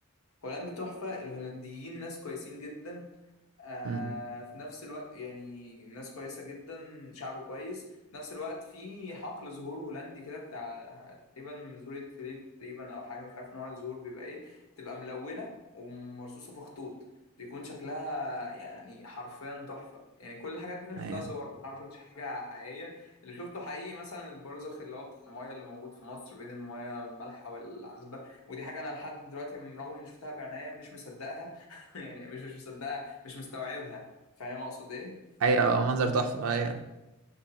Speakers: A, on the left; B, on the right.
A: هولندا تحفه الهولنديين ناس كويسين جدا آه
B: امم
A: في نفس الوقت يعني الناس كويسة جدا شعب كويس في نفس الوقت في حقل زهور هولندي كده بتاع تقريبا زهورة توليب تقريبا أو حاجة مش عارف نوع الزهور بيبقى إيه بتبقى ملونة ومرصوصة في خطوط بيكون شكلها يعني حرفيا تحفة يعني كل الحاجات دي أنا شفتها
B: ايوه
A: صور بصراحة ما شفتش حاجة حقيقية اللي شفته حقيقي مثلا البرزخ اللي هو بتاع المايه اللي موجود في مصر بين المايه المالحة والعذبة ودي حاجة أنا لحد دلوقتي رغم إني شفتها بعناية مش مصدقها <laughs> يعني مش مش مصدقها مش مستوعبها فاهم اقصد ايه
B: ايوه منظر تحفة ايوه